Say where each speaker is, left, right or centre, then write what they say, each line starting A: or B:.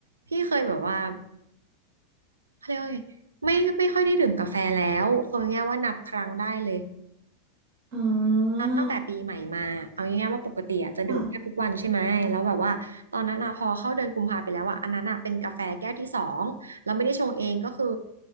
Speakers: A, on the right (about 75°); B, on the right (about 35°).
A: พี่เคยแบบว่า เขาเรียกว่าไงไม่ไม่ค่อยได้ดื่มกาแฟแล้วคือง่ายๆว่านับครั้งได้เลย
B: อ๋อ
A: นับตั้งแต่ปีใหม่มาเอาง่ายๆว่าปกติอะจะดื่มแทบทุกวันใช่ไหมแล้วแบบว่าตอนนั้นอะพอเข้าเดือนกุมภาไปแล้วอะอันนั้นอะเป็นกาแฟแก้วที่สองเราไม่ได้ชงเองก็คือ
B: ค่ะ